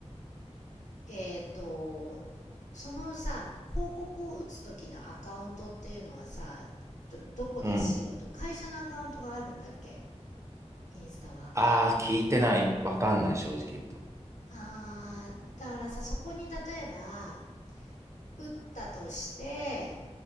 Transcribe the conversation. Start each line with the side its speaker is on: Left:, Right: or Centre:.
Left: えっ、と、そのさ、広告を打つ時のアカウントっていうのはさ、ど、どこでしようと、
Right: うん。
Left: 会社のアカウントがあるんだっけインスタは。
Right: ああ、聞いてない。わかんない、正直言うと。
Left: あー、だからさ、そこに例えば、打ったとして、